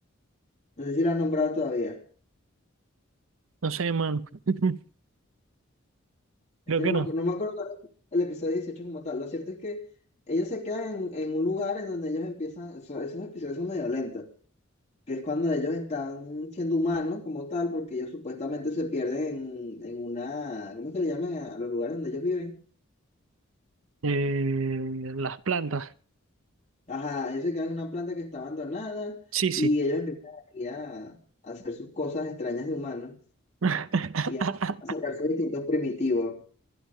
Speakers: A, on the left; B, on the right.
A: No sé si la han nombrado todavía.
B: no sé, man. <laughs>
A: Es
B: Creo
A: que
B: que
A: no me,
B: no.
A: acu- no me acuerdo cuál es el episodio 18 como tal. Lo cierto es que ellos se quedan en, en un lugar en donde ellos empiezan, eso- esos episodios son medio lentos, que es cuando ellos están siendo humanos como tal, porque ellos supuestamente se pierden en, en una, ¿cómo es que le llaman a, a los lugares donde ellos viven?
B: Eh, las plantas.
A: Ajá, ellos se quedan en una planta que está abandonada
B: Sí, sí.
A: y ellos empiezan ahí a a hacer sus cosas extrañas de humanos.
B: <laughs>
A: y a a sacar sus distintos primitivos.